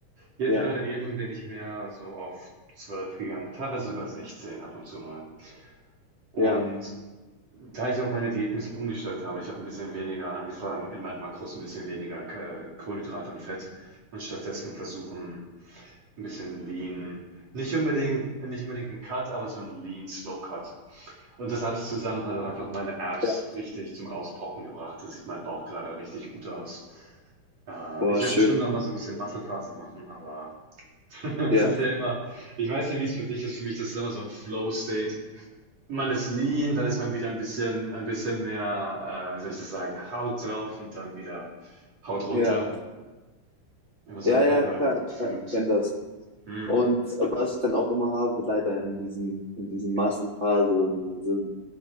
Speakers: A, on the right; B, on the right.
A: Jetzt
B: ja,
A: gerade eben bin ich mehr so auf 12 gegangen, teilweise sogar 16 ab und zu mal. Und
B: ja,
A: Da ich auch meine Diät ein bisschen umgestellt habe ich habe ein bisschen weniger angefangen in meinen Makros ein bisschen weniger Ka Kohlenhydrate und Fett und stattdessen versuchen, ein bisschen Lean nicht unbedingt nicht unbedingt ein Cut, aber so ein Lean Slow Cut. Und das alles zusammen hat auch einfach meine Abs
B: ja.
A: richtig zum Rauspoppen gebracht. Da sieht mein Bauch gerade richtig gut aus. Äh,
B: Boah,
A: ich werde
B: schön.
A: bestimmt noch mal so ein bisschen Massephase machen, aber <laughs>
B: Ja,
A: es ist ja immer ich weiß nicht, wie es für dich ist. Für mich, das ist immer so ein Flow State. Man ist lean, dann ist man wieder ein bisschen ein bisschen mehr, äh, wie soll ich das sagen, Haut drauf und dann wieder Haut runter.
B: ja,
A: Immer
B: ja,
A: so ein
B: ja,
A: Ebbe
B: klar,
A: und Flut.
B: klar, ich kenne das.
A: Mhm.
B: Und was ich dann auch immer habe, leider in diesen, in diesen Massenphasen sind